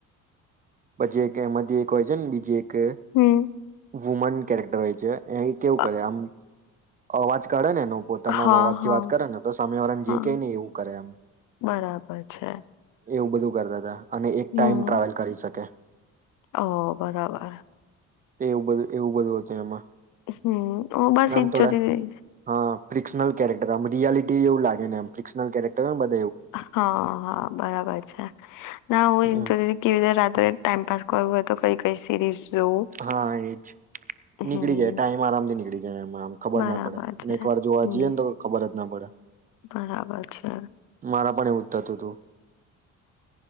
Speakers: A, on the right; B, on the left.
A: પછી એક એમાંથી એક કહે છેન બીજે એક કે
B: હમ.
A: વુમન કેરેક્ટર હોય છે એ કેવું
B: અ
A: કરે આમ અવાજ કાઢે ને પોતાના
B: હા,
A: અવાજ થી
B: હા.
A: વાત કરે ને તો સામે વાળાને
B: હા
A: જે કઈ નહી એવું કરે એમ.
B: બરાબર છે
A: એવું બધું કરતા હતા. અને એક
B: હમ
A: ટાઈઇમ ટ્રાવેલ કરી શકે.
B: ઓ બરાબર.
A: એવું બધું એવું બધું હત એમાં.
B: હમ હું બસ
A: નામ
B: એજ
A: થોડા
B: જોતી હતી
A: હા ફિકશનલ કેરેક્ટર રિયાલિટી ઈ એવું લાગે ને એમ ફિક્સનલ કેરેક્ટર હોય બ
B: હા હા બરાબર છે. ના
A: આમ
B: હું
A: હમ,
B: તો કેવી રીતે રાતો ટાઈમપાસ કરું હોય તો કઈ કઈ સિરીઝ. જોવું
A: હા એજ નીકળી
B: હમ
A: જાય ટાઈમ આરામથી નીકળી જાય એમાં આમ ખબર
B: બરાબર
A: ના પડે અને
B: છે
A: એક વાર જોવા
B: હમ
A: જઈએ ને તો ખબર જ ના પડે.
B: બરાબર છે
A: મારા પણ એવું થતું હતું.